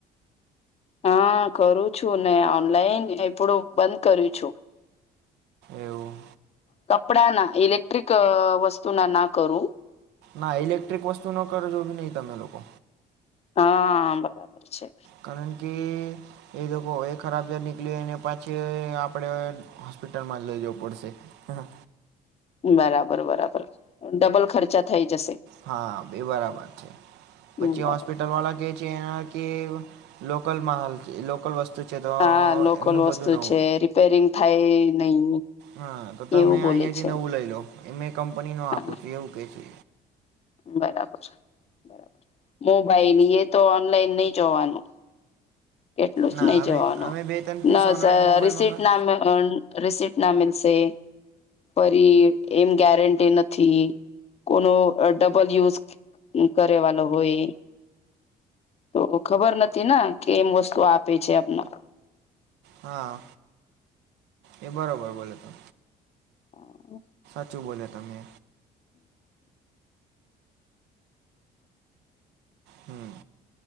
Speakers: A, on the left; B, on the right.
A: હા કરું છું ને ઓનલાઈન એપડું બંધ કર્યુ છું
B: એવું
A: કપડા ના ઇલેક્ટ્રિક અહ વસ્તુના ના કરું
B: ના ઇલેક્ટ્રિક વસ્તુનો કરજો બી નહી તમે લોકો
A: હા બરાબર છે
B: કારણ કે એ તો કો એ ખરાબ જાર નીકળી અને પછી આપડે હોસ્પિટલમાં લઈ જવો પડશે. હા
A: બરાબર બરાબર ડબલ ખર્ચા થઈ જશે
B: હા બે બરાબર છે
A: હમ
B: પછી
A: બરાબર
B: હોસ્પિટલ વાળા કે છે એના કે લોકલમાં હલ છે લોકલ વસ્તુ છે તો
A: હા લોકલ
B: એમનું બધું
A: વસ્તુ
B: નવું
A: છે રિપેરિંગ થાય નહી
B: હા તો તમે
A: એવું બોલે
B: અહિયાં થી
A: છે
B: નવું લઈ લો એમે કંપની નો
A: હા
B: આપું છ એવું કે છે
A: બરાબર બરાબર મોબાઈલ એ તો ઓનલાઈન નહી જોવાનું કેટલું
B: ના
A: જ નહી
B: અમે
A: જવાનું
B: અમે બે ત્રણ piece
A: ન
B: online
A: sir
B: mobile
A: receipt
B: મંગા
A: ના અહ રિસપ્ટ ના મલશે પરી એમ ગેરંટી નથી કોનો ડબલ યુઝ કરેવાનો હોય તો ખબર નથી ના કે એમ વસ્તુ આપે છે આપને
B: હા એ બરોબર બોલો તો
A: હા
B: શું બોલ્યા તમે? હમ્મ